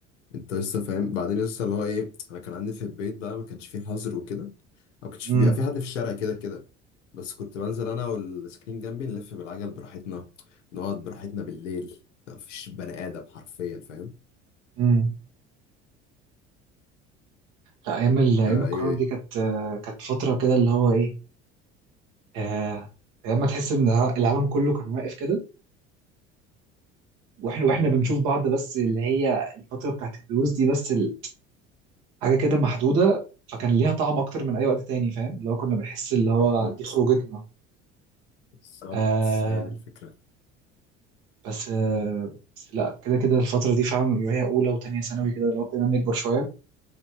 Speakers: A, on the left; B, on the right.
A: انت لسه فاهم بعدين لسه اللي هو ايه انا كان عندي في البيت بقى ما كانش فيه حظر وكده او كانش
B: امم
A: فيه بيبقى في حد في الشارع كده كده بس كنت بنزل انا والسكرين جنبي نلف بالعجل براحتنا نقعد براحتنا بالليل ما فيش بني ادم حرفيا فاهم
B: امم لا ايام ال-
A: انت
B: ايام
A: ايه
B: الكورونا
A: إيه.
B: دي كانت آه، كانت فتره كده اللي هو ايه آه، ايام ما تحس ان الع- العالم كله كان واقف كده واحنا واحنا
A: مم،
B: بنشوف بعض بس اللي هي الفتره بتاعت الدروس دي بس ال- حاجه كده محدوده فكان ليها طعم اكتر من اي وقت تاني فاهم اللي هو كنا بنحس اللي هو
A: بالظبط
B: دي خروجتنا
A: بالظبط
B: آه
A: هي دي الفكره
B: بس آه بس لا كده كده الفتره دي فعلا اللي هي اولى وتانية ثانوي كده اللي هو كنا بنكبر شويه